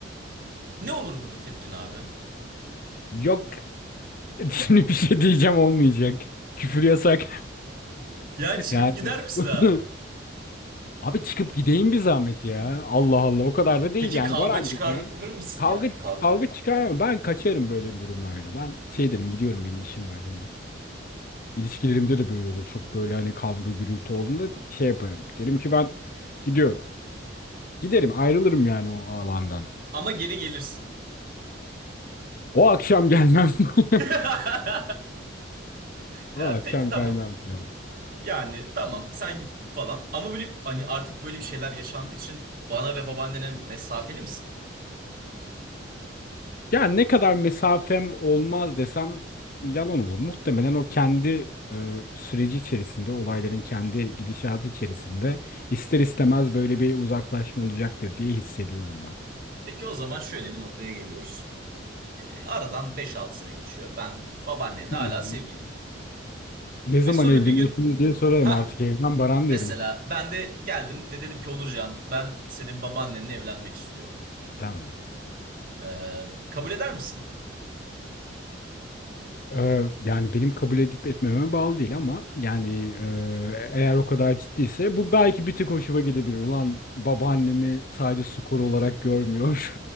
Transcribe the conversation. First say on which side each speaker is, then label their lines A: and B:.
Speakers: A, on the right; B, on the left.
A: Ne olur burada tepkin abi? <laughs>
B: Yok <laughs> şimdi bir şey diyeceğim olmayacak. Küfür yasak. <laughs>
A: Ya çıkıp
B: Yani
A: gider misin
B: <laughs>
A: abi?
B: Abi çıkıp gideyim bir zahmet ya. Allah Allah o kadar da değil
A: Peki
B: yani
A: kavga
B: Barancık
A: çıkarır
B: ya.
A: mısın
B: Kavga
A: yani kavga?
B: kavga çıkar. Ben kaçarım böyle durumlarda. Ben şey derim gidiyorum benim işim var hani. İlişkilerimde de böyle olur. Çok böyle hani kavga gürültü olduğunda şey yaparım. Derim ki ben gidiyorum. Giderim ayrılırım yani o alandan.
A: Ama geri gelirsin.
B: O akşam gelmem. <laughs>
A: <laughs> Ya
B: O akşam
A: peki tamam.
B: gelmem yani.
A: Yani tamam sen git falan. Ama böyle hani artık böyle bir şeyler yaşandığı için bana ve babaannene mesafeli misin?
B: Yani ne kadar mesafem olmaz desem yalan olur. Muhtemelen o kendi e, süreci içerisinde, olayların kendi gidişatı içerisinde ister istemez böyle bir uzaklaşma olacaktır diye hissediyorum ben.
A: Peki o zaman şöyle bir noktaya geliyoruz. Ee, aradan beş altı sene geçiyor. Ben babaannenle
B: Hı
A: hala
B: hı.
A: sevgiliyim.
B: Ne zaman
A: Ve sonra
B: evleniyorsunuz
A: bir gün
B: diye sorarım
A: ha
B: artık evden Baran
A: mesela
B: derim.
A: ben de geldim ve dedim ki Onurcan ben senin babaannenle evlenmek istiyorum.
B: Tamam.
A: Ee, kabul eder misin?
B: Ee, yani benim kabul edip etmememe bağlı değil ama yani e, eğer o kadar ciddiyse bu belki bir tık hoşuma gidebilir. Ulan babaannemi sadece skor olarak görmüyor